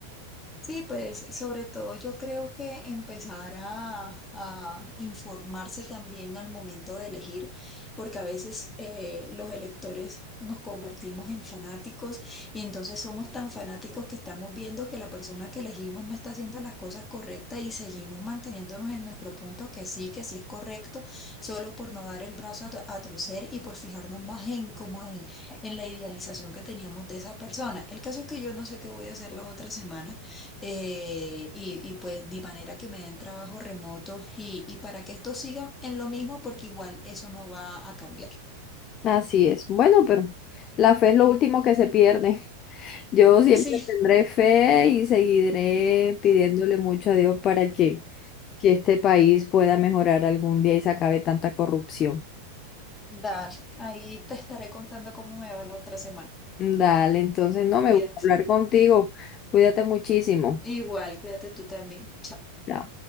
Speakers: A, on the left; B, on the left.
A: Sí, pues sobre todo yo creo que empezar a, a informarse también al momento de elegir, porque a veces eh, los electores nos convertimos en fanáticos y entonces somos tan fanáticos que estamos viendo que la persona que elegimos no está haciendo las cosas correctas y seguimos manteniéndonos en nuestro punto que sí, que sí es correcto, solo por no dar el brazo a, to- a torcer y por fijarnos más en como en, en la idealización que teníamos de esa persona. El caso es que yo no sé qué voy a hacer la otra semana. Eh, y, y pues de manera que me den trabajo remoto y, y para que esto siga en lo mismo, porque igual eso no va a cambiar.
B: Así es. Bueno, pero la fe es lo último que se pierde. Yo siempre
A: Pues sí,
B: tendré fe y seguiré pidiéndole mucho a Dios para que, que este país pueda mejorar algún día y se acabe tanta corrupción.
A: Dale, ahí te estaré contando cómo me va la otra semana.
B: Dale, entonces no
A: Cuídate.
B: me gusta hablar contigo. Cuídate muchísimo.
A: Igual, cuídate tú también. Chao.
B: Chao.